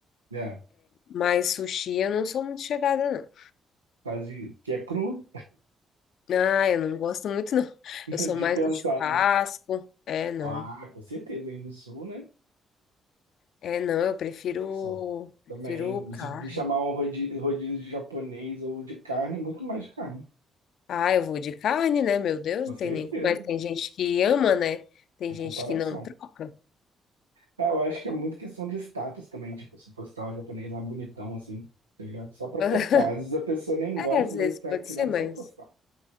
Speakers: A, on the right; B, on the left.
A: É,
B: Mas sushi eu não sou muito chegada,
A: quase... Que é cru
B: não. Ah, eu não gosto muito, não.
A: <laughs> de
B: Eu sou mais
A: pensar,
B: do churrasco.
A: né?
B: É, não.
A: Ah, com certeza. Aí no sul, né?
B: É, não, eu prefiro,
A: Só.
B: prefiro
A: Também,
B: carne.
A: se chamar um rodízio, rodízio de japonês ou de carne, muito mais de carne.
B: Ah, eu vou de carne, né? Meu Deus,
A: Com
B: não
A: certeza.
B: tem nem como. Mas tem gente que ama, né? Tem
A: Em
B: gente
A: comparação.
B: que não troca.
A: É, eu acho que é muito questão de status também, tipo, se postar o japonês lá bonitão, assim, tá ligado? Só pra
B: <laughs>
A: postar. Às vezes a pessoa nem
B: É,
A: gosta,
B: às vezes
A: mas tá
B: pode
A: querendo
B: ser, mas.
A: só postar.